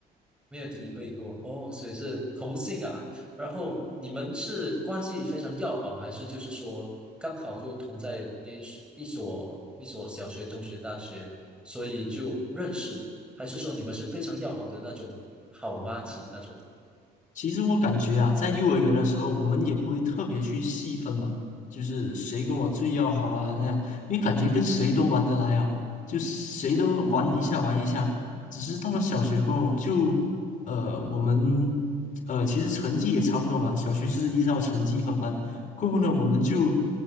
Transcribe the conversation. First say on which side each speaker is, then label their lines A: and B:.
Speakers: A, in the centre; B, on the left.
A: 没有体会过哦，所以是同性啊。然后你们是关系非常要好，还是就是说刚好就同在连一一所一所小学、中学、大学，所以就认识？还是说你们是非常要好的那种好妈吉那种？
B: 其实我感觉啊，在幼儿园的时候，我们也不会特别去细分嘛，就是谁跟我最要好啊那样，因为感觉跟谁都玩得来啊，就谁都玩一下玩一下。只是到了小学过后，就呃我们呃其实成绩也差不多吧，小学是依照成绩分班，过后呢我们就